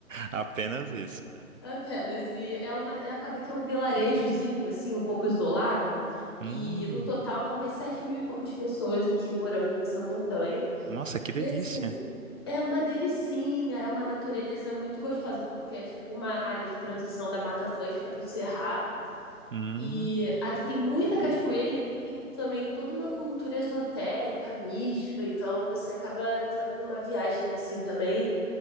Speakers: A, on the right (about 60°); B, on the left (about 15°).
A: Apenas
B: E-
A: isso.
B: apenas. E é uma, é- acaba que é um vilarejozinho, assim, um pouco isolado.
A: Hum,
B: E no total dá umas 7 mil e poucas pessoas aqui morando nessa montanha.
A: nossa, que delícia.
B: E assim, é uma delicinha, é uma natureza muito gostosa, porque é tipo uma área de transição da Mata Atlântica para o Cerrado.
A: Hum.
B: E aqui tem muita cachoeira e aqui tem também toda uma cultura esotérica, mística, então você acaba entrando numa viagem assim também,